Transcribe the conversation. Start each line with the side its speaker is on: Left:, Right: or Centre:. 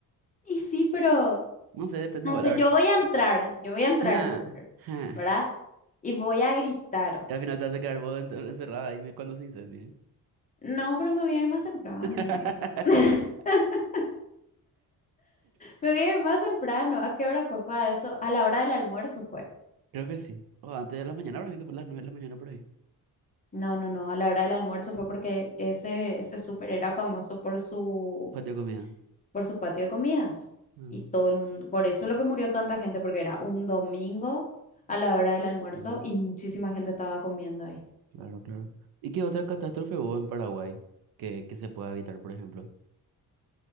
Left: Y sí, pero
Right: No sé, depende
Left: no
Right: igual,
Left: sé,
Right: a ver.
Left: yo voy a entrar, yo voy a entrar
Right: Ja,
Left: al súper,
Right: ja.
Left: ¿verdad? Y voy a gritar.
Right: Y al final te vas a quedar vos enter- encerrada ahí cuando se incendie.
Left: No, pero me voy a ir más temprano.
Right: <laughs>
Left: <laughs> Me voy a ir más temprano. ¿A qué hora fue? Fue a eso. A la hora del almuerzo fue.
Right: Creo que sí. O antes de la mañana, ahora hay que por las nueve de la mañana por ahí.
Left: No, no, no, a la hora del almuerzo fue porque ese, ese súper era famoso por su,
Right: Patio de comida.
Left: por su patio de comidas.
Right: Mm,
Left: Y todo el mundo, por eso es lo que murió tanta gente, porque era un domingo a la hora del almuerzo
Right: mm,
Left: y muchísima gente estaba comiendo ahí.
Right: claro, claro. ¿Y qué otra catástrofe hubo en Paraguay que, que se pueda evitar, por ejemplo?